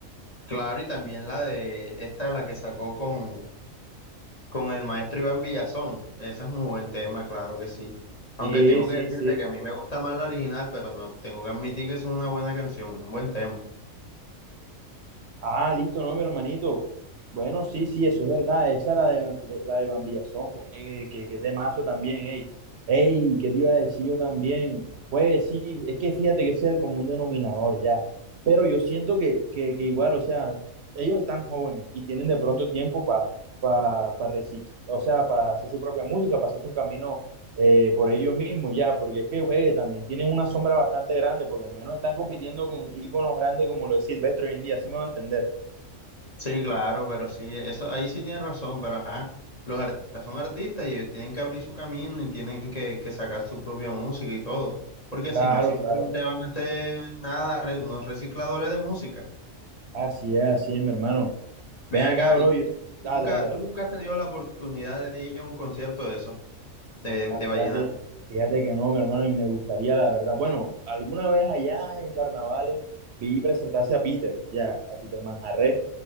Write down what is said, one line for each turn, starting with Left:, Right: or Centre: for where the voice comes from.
Left: claro, y también la de esta, la que sacó con, con el maestro Iván Villazón. Ese es muy buen tema, claro que sí. Aunque
Right: Sí,
Left: tengo
Right: sí,
Left: que decirte
Right: sí.
Left: que a mí me gusta más la original, pero no tengo que admitir que es una buena canción, es un buen tema.
Right: Ah, listo, no, mi hermanito. Bueno, sí, sí, eso es verdad. Esa es la de, Van- la de Van Villazón, güey. Eh, que, que temazo también, ey. Ey, ¿qué te iba a decir yo también? Pues sí, es que fíjate que ese es el común denominador ya. Pero yo siento que, que, que igual, o sea, ellos están jóvenes y tienen de pronto tiempo para pa, pa pa recicl- o sea, para hacer su propia música, para hacerse un camino eh, por ellos mismos ya, porque es que juegue, también tienen una sombra bastante grande, por lo menos están compitiendo con íconos grandes como lo es Silvestre hoy en día, así me va a entender.
Left: Sí, claro, pero sí, eso ahí sí tienes razón, pero ajá, los artistas son artistas y ellos tienen que abrir su camino y tienen que, que sacar su propia música y todo, porque
Right: Claro,
Left: si no, simplemente
Right: claro.
Left: van a ser nada, re- unos recicladores de música.
Right: Así es, así es, mi hermano.
Left: Ven
Right: Ven acá,
Left: acá,
Right: bro. yo- Dale,
Left: Nunca,
Right: dale, dale.
Left: tú nunca has tenido la oportunidad de ir a un concierto de eso, de,
Right: Ah,
Left: de
Right: fíjate,
Left: vallenato.
Right: fíjate que no, mi hermano, y me gustaría, la verdad. Bueno, alguna vez allá en carnavales vi presentarse a Peter, ya, a Peter Manjarrés.